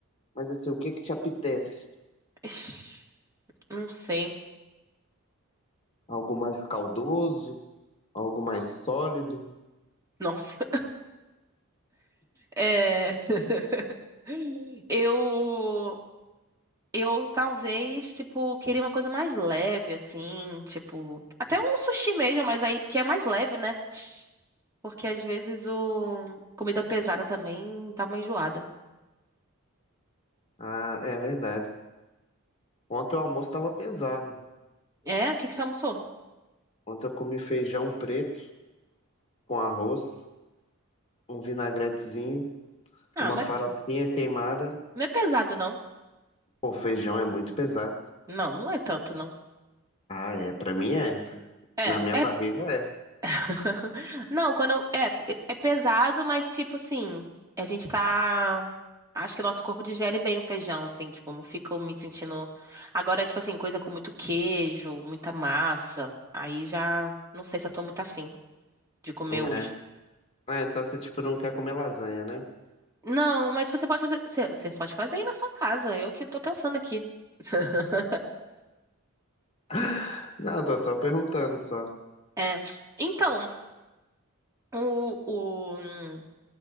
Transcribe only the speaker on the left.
Mas assim, o que que te apetece?
Algo mais caldoso? Algo mais sólido?
Ah, é verdade. Ontem o almoço estava pesado.
Ontem eu comi feijão preto com arroz, um vinagretezinho,
uma
farofinha queimada.
Pô, feijão é muito pesado.
Ah, é, pra mim é.
Na minha
barriga é,
né?
Ah, então você tipo não quer comer lasanha, né?
<laughs> Não, tô só perguntando só.